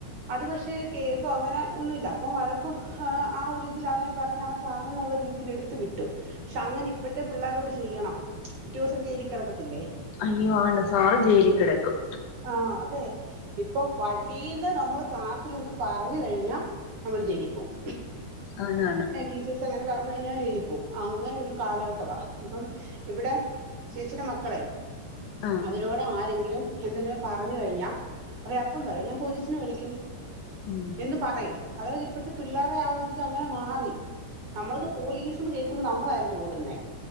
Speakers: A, on the right; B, on the left.
A: അത് പക്ഷേ കേസോ അങ്ങനെ ഒന്നുംല്ല അപ്പം വഴക്കും ആഹ് ആ ഒരുതി ഇതില് ങ്ങനെ പറഞ്ഞൻ സാർന്നുള്ള രീതിയിൽ എടുത്തു വിട്ടും പക്ഷെ അങ്ങനെ ഇപ്പോഴത്തെ പിള്ളാരോട് ചെയ്യണം പിറ്റേ സം ജയിലിൽ കിടക്കത്തില്ലേ
B: അയ്യോ ആണ് സാറ് ജയില് കിടക്കും
A: ആഹ് അതെ ഇപ്പം വടിന്ന് നമ്മൾ ക്ലാസ്സിലൊന്ന് പറഞ്ഞു കഴിഞ്ഞാൽ നമ്മൾ ജയിലിൽ പോവും
B: ആണ് ആണ്
A: അ <unintelligible> ചേർസ് എങ്ങനെ പറഞ്ഞു കഴിഞ്ഞാൽ ജയിൽപ്പോകും അങ്ങനെ ഒരു കാലഘട്ടമാണ് ഇപ്പം ഇവിടം ചേച്ചി ടെ മക്കളെ
B: ആഹ്
A: അവരോട് ആരെങ്കിലും എന്തെങ്കിലും പറഞ്ഞു കഴിഞ്ഞാൽ അവരപ്പം പറയും ഞാൻ പോലീസിനെ വിളിക്കും
B: ഉം
A: എന്ന് പറയും അതായത് ഇപ്പോഴത്തെ പിള്ളേരെ ആ ഒരുരിത അങ്ങനെ മാറി നമ്മളക്ക് പോലീസ്ന്ന് കേൾക്കുമ്പോ നമ്മളായിരുന്നു ഓടുന്നെ